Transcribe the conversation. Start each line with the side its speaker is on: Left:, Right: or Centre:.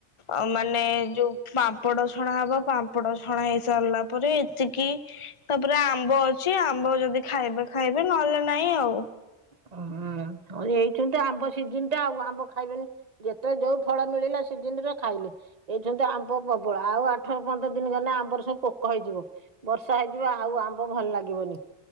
Left: ଆଉ ମାନେ ଯୋଉ ପାମ୍ପଡ଼ ଛଣା ହବ, ପାମ୍ପଡ ଛଣା ହେଇସାରିଲା ପରେ ଏତିକି ତାପରେ ଆମ୍ବ ଅଛି ଆମ୍ବ ଯଦି ଖାଇବେ-ଖାଇବେ ନହେଲେ ନାଇଁ ଆଉ।
Right: ଓହ <unintelligible> ଏଇଚନ୍ତି ଆମ୍ବ ସିଜିନ୍ ଟା ଆଉ ଆମ୍ବ ଖାଇବେନି ଯେତେବେଳେ ଯୋଉ ଫଳ ମିଳିଲା ସିଜିନ୍ ରେ ଖାଇଲେ। <unintelligible> ଆମ୍ବ ପ୍ରବଳ, ଆଉ ଆଠ ପନ୍ଦର ଦିନି ଗଲେ ଆମ୍ବରେ ସବୁ ପୋକ ହେଇଯିବ। ବର୍ଷା ହେଇଯିବ ଆଉ ଆମ୍ବ ଭଲ ଲାଗିବନି,